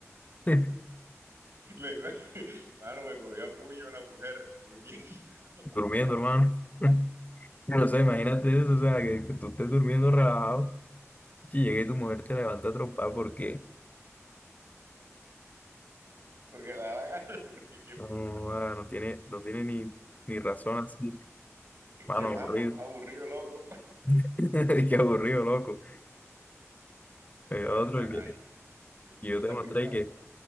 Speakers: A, on the left; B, on the right.
A: <laughs>
B: <laughs> me cogió- mano, me cogió a puño la mujer durmiendo.
A: Durmiendo, hermano.
B: <laughs>
A: <laughs> No sé, imagínate eso, o sea, que, que tú estés durmiendo relajado y llegue tu mujer te levanta a trompar porque
B: Porque le da la gana, <laughs> porque qué,
A: No, ah, no tiene, no tiene ni, ni razón así. Mano,
B: que, mano,
A: aburrido.
B: aburrido, loco.
A: <laughs> Qué aburrido, loco. Eh,
B: No,
A: otro
B: ay, ay,
A: el que, que
B: yo, tú
A: yo
B: no
A: te
B: te has
A: mostré
B: visto la-
A: que,